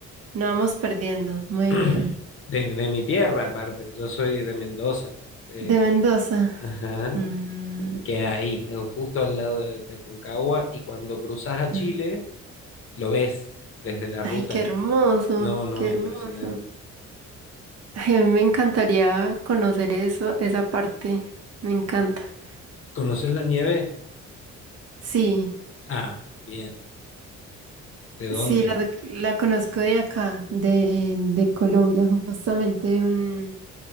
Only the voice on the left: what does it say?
<clears throat>
De, de mi tierra, aparte. Yo soy de Mendoza. Eh,
ajá.
Queda ahí, eh, justo al lado de, de Aconcagua. Y cuando cruzas a
Chile, lo ves desde la ruta.
No, no,
impresionante.
¿Conoces la nieve?
Ah, bien. ¿De dónde?